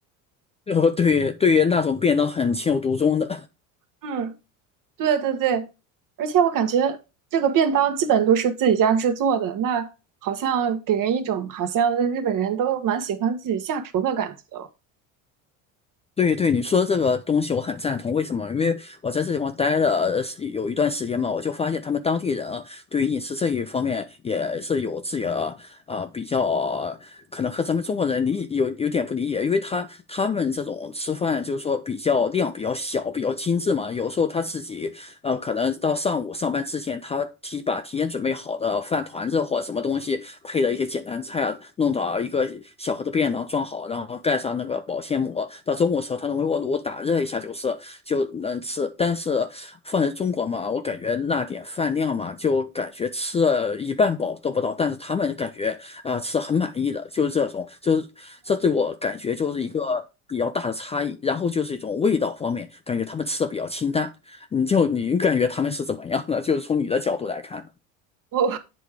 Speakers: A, on the left; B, on the right.
A: 呃，对，对于那种变得很情有独钟的，
B: 嗯，对对对，而且我感觉这个便当基本都是自己家制作的，那好像给人一种好像日本人都蛮喜欢自己下厨的感觉哦。
A: <laughs> 对对，你说这个东西我很赞同。为什么？因为我在这地方待了是有一段时间嘛，我就发现他们当地人对于饮食这一方面也是有自己的啊、呃比较，可能和咱们中国人理有有点不理解，因为他他们这种吃饭就是说比较量比较小，比较精致嘛，有时候他自己呃，可能到上午上班之前，他提把提前准备好的饭团子或什么东西配的一些简单菜啊，弄到一个小盒的便当装好，然后盖上那个保鲜膜。到中午的时候，他用微波炉打热一下就是就能吃。但是放在中国嘛，我感觉那点饭量嘛，就感觉吃了一半饱都不到，但是他们感觉啊、呃吃得很满意的，就是这种，就是这对我感觉就是一个比较大的差异。然后就是一种味道方面，感觉他们吃的比较清淡。你就你感觉他们是怎么样的？就是从你的角度来看的。
B: <laughs> 我